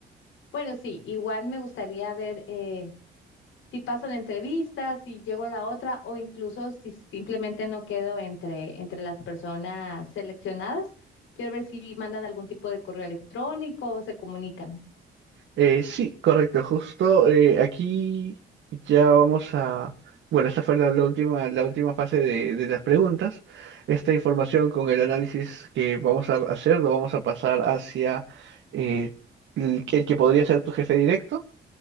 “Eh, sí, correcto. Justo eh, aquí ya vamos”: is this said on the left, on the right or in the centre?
Right